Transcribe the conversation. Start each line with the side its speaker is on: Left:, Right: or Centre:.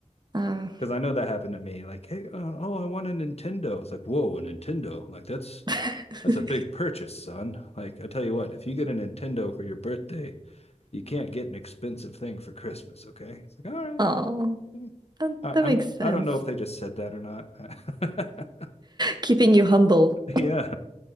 Right: Uh,
Left: Because I know that happened to me. Like, hey, uh, oh, I want a Nintendo. It's like, whoa, a Nintendo. Like, that's
Right: <laughs>
Left: that's a big purchase, son. Like, I tell you what, if you get a Nintendo for your birthday, you can't get an expensive thing for Christmas, okay? It's like, all right.
Right: oh,
Left: okay.
Right: that,
Left: I,
Right: that
Left: I'm
Right: makes sense.
Left: I don't know if they just said that or not. <laughs>
Right: Keeping you humble.
Left: Yeah,